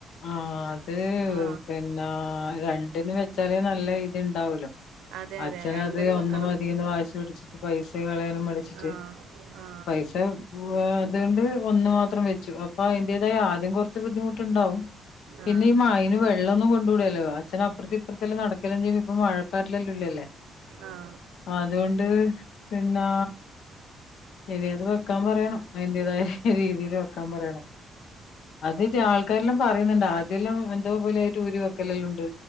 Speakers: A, on the left; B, on the right.
A: ആഹ് അത്
B: ആ
A: പിന്നെ രണ്ടിന് വെച്ചാലേ നല്ല ഇത്ണ്ടാവൂലു.
B: അതെ
A: അച്ഛന്
B: അതെ രണ്ടിനും
A: അത് ഒന്ന്
B: വെക്കണം
A: മതീന്ന് വാശി പിടിച്ചിട്ട് പൈസ കളയാൻ. മടിച്ചിട്ട്
B: ആ ആ
A: പൈസ അത് കൊണ്ട് <unintelligible> പം വെച്ചു അപ്പം അതിന്റേതായ ആദ്യം കുറച്ച് ബുദ്ധിമുട്ടുണ്ടാവും പിന്നെ
B: ആ
A: ഈ മയിന് വെള്ളൊന്ന് കൊണ്ട് കൊടുത്ത് <unintelligible> അച്ഛനോ അപ്രത്തും ഇപ്രത്തെല്ലാം നടക്കെല്ലാം ചെയ്യുമ്പോ ഇപ്പം മഴപ്പാറ്റലെല്ലാം ഇല്ലല്ലേ
B: ആ
A: അതോണ്ട് പിന്നെ ഇനി അത് വെക്കാൻ പറയണം അതിന്റേതായ രീതിയില് വെക്കാൻ പറയണം അത് ച്ചാ ആൾക്കാരെല്ലാം പറയ്ന്ന്ണ്ട് ആദ്യല്ലാം എന്തോപോലായിട്ട് ഊരി വെക്കലെല്ലാം ഉണ്ട്